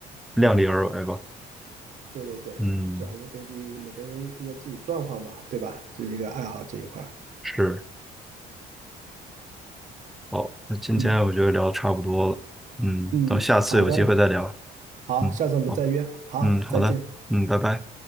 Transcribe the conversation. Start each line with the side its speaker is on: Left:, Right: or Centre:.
Centre: 量力而为吧，
Right: 对对对，
Centre: 嗯。
Right: 这还是根据每个人一个自己状况吧，对吧？这是一个爱好这一块儿
Centre: 是。好，那今天我觉得聊得差不多了，
Right: 嗯
Centre: 嗯，
Right: 嗯，
Centre: 等下次有机会再聊，
Right: 好的，好，
Centre: 嗯，
Right: 下次我们再约。
Centre: 好，
Right: 好，
Centre: 嗯，好的，
Right: 再见。
Centre: 嗯，拜拜。